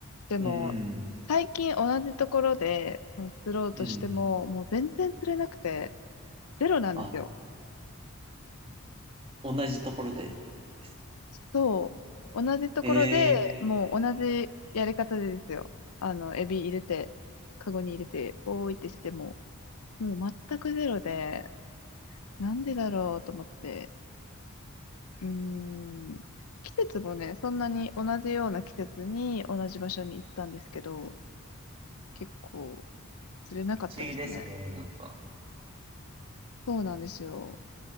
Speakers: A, on the left; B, on the right.
A: でも、
B: うん。
A: 最近同じところで、その釣ろうとしても、
B: うん。
A: もう全然釣れなくて、ゼロなんですよ。
B: あ、同じところでですか。
A: そう。同じところで、
B: へえ。
A: もう同じやり方でですよ。あの、エビ入れて、カゴに入れて、おーいってしても、もう全くゼロで、なんでだろうと思って。うーん。季節もね、そんなに同じような季節に同じ場所に行ったんですけど、結構釣れなかったですね。
B: 不思議ですね。なんか。
A: そうなんですよ。